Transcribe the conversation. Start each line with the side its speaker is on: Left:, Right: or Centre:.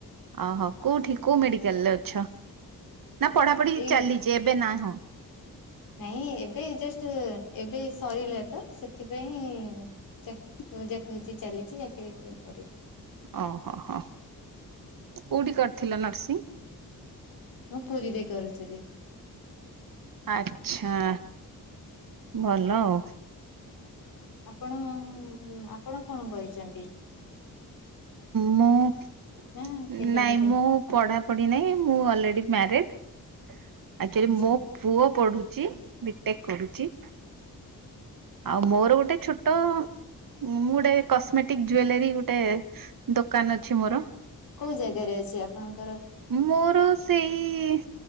Right: ଓହୋ କୋଉଠି କୋଉ ମେଡିକାଲ ରେ ଅଛ ନା ପଢାପଢି
Left: ଏଇ
Right: ଚାଲିଚି ଏବେ ନା ହଁ?
Left: ନାଇଁ ଏବେ ଜଷ୍ଟ ଏବେ ସରିଲା ତ ସେଥିପାଇଁ ଚା ଖୋଜା ଖୋଜି ଚାଲିଚି ଚାକିରି ହୋଉ କରିବି।
Right: ଓହୋ ହୋ କୋଉଠି କରିଥିଲ ନର୍ସିଙ୍ଗ?
Left: ମୁଁ ପୁରୀରେ କରୁଥିଲି।
Right: ଆଚ୍ଛା। ଭଲ ଆଉ
Left: ଆପଣ ଆପଣ କଣ କରିଚ ଚନ୍ତି
Right: ମୁଁ
Left: ନା କେବେ
Right: ନାଇଁ
Left: କଣ
Right: ମୁଁ ପଢ଼ାପଢ଼ି ନାଇଁ ମୁଁ ଅଲରେଡି ମ୍ୟାରେଡ ଆକ୍ଚୁଲି
Left: ଆଛା।
Right: ମୋ ପୁଅ ପଢୁଚି ବି ଟେକ୍ କରୁଚି। ଆଉ ମୋର ଗୋଟେ ଛୋଟ ମୁଁ ଗୋଟେ କସ୍ମେଟିକ ଜୁଏଲାରୀ ଗୋଟେ ଦୋକାନ ଅଛି ମୋର।
Left: କୋଉ ଜାଗାରେ ଅଛି ଆପଣଙ୍କ?
Right: ମୋର ସେଇ